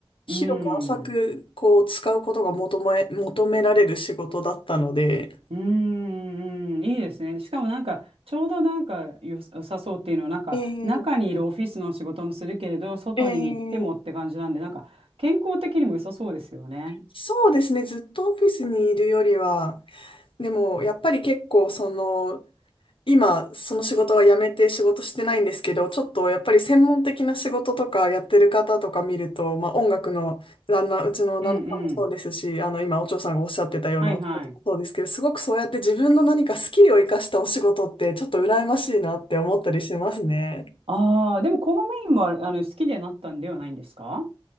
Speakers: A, on the left; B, on the right.
A: 広く浅く、
B: うん
A: こう、使うことが求め、求められる仕事だったので、
B: うんうん。いいですね。しかもなんか、ちょうどなんかよさ良さそうっていうのは、なんか、
A: ええ
B: 中にいるオフィスの仕事もするけれど、外に行ってもって感じなんで、
A: ええ
B: なんか、健康的にも良さそうですよね。
A: そうですね。ずっとオフィスにいるよりは、でもやっぱり結構その、今その仕事は辞めて仕事してないんですけど、ちょっとやっぱり専門的な仕事とかやってる方とか見ると、まあ音楽の旦那、うちの旦那さんもそうですし、
B: うんうん。
A: あの今お嬢さんがおっしゃってたようなお仕事もそうですけど、
B: はいはい。
A: すごくそうやって自分の何かスキルを生かしたお仕事ってちょっと羨ましいなって思ったりしますね。
B: ああ、でも公務員もあの好きでなったんではないんですか